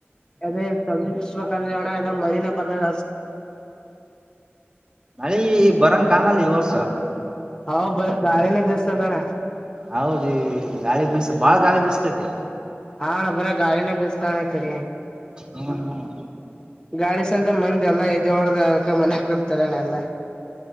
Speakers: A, on the left (about 20°); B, on the right (about 20°).
A: ಅದೇ ತೊಗರಿ ಕುಸಬೇಕ ಅಂದೇವ್ ಅಣ್ಣಾ ಇನ್ನ್ ಮಳಿನೇ ಬರಲ್
B: ಮಳಿ ಬರಂಗ ಕಾಣಲ್ಲ ಈ ವರ್ಷ.
A: ಹೌ ಬರಿ ಗಾಳಿನೇ ಬಿಸ್ತೆತ ಅಣ್ಣ.
B: ಹೌದ್ ಈಗ್ ಗಾಳಿ ಬಿಸ ಬಾಳ ಗಾಳಿ ಬಿಸತೈತಿ.
A: ಹಾ ಅಣ್ಣಾ ಬರೆ ಗಾಳಿನೆ ಬೀಸ್ತದ ಅಣ್ಣಾ ಇಕಡಿ.
B: ಹ್ಮ್ ಹ್ಮ್
A: ಗಾಡಿ ಸಂತ ಮಂದೀ ಎಲ್ಲಾ ನಿದ್ದಿ ಹೊಡದ ಅದ್ಕ ಮನ್ಯಾಗ ಕುತ್ತಾರ್ ಎಲ್ಲಾ.